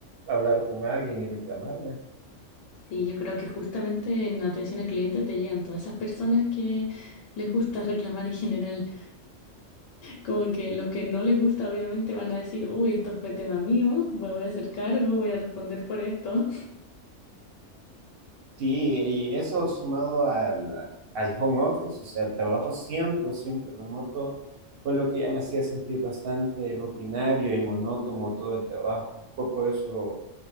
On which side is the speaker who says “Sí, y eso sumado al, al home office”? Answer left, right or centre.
Right